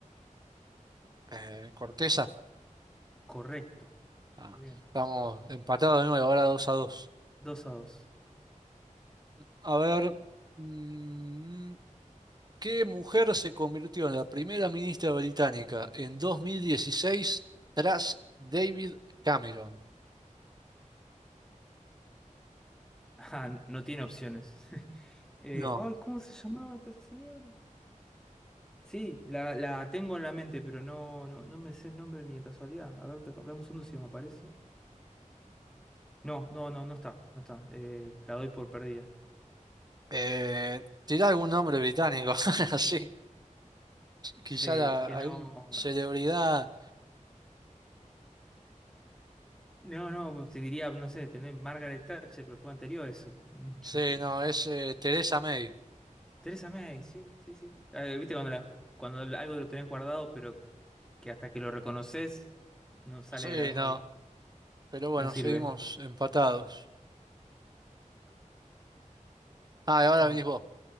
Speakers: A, on the right; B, in the centre.
A: Eh, Corteza,
B: Correcto.
A: ah,
B: Muy bien.
A: estamos empatados de nuevo, ahora 2 a 2.
B: Dos a dos.
A: a ver, mm, ¿Qué mujer se convirtió en la primera ministra británica en 2016 tras David Cameron?
B: <laughs> Ah, no tiene opciones. <laughs> Eh,
A: No.
B: ay, ¿cómo se llamaba esta señora? Sí, la, la tengo en la mente, pero no, no, no me sé el nombre ni de casualidad. A ver, deja- dame un segundo si me aparece. No, no, no, no está, no está. Eh, la doy por perdida.
A: Eh, ¿tiene algún nombre británico? <laughs> Así. Quizá
B: Sí, es
A: la-
B: que
A: algún
B: no.
A: celebridad.
B: No, no, te diría, no sé, tener Margaret Thatcher, pero fue anterior eso, mucho
A: Sí,
B: anterior.
A: no, es eh, Teresa May.
B: Teresa May, sí, sí, sí. Eh, viste cuando, la- cuando algo lo tenés guardado, pero que hasta que lo reconoces no sale
A: Sí,
B: de la memoria.
A: no. Pero bueno,
B: No sirve.
A: seguimos
B: ¿eh?
A: empatados. Ah, y ahora
B: Bu-
A: venís vos.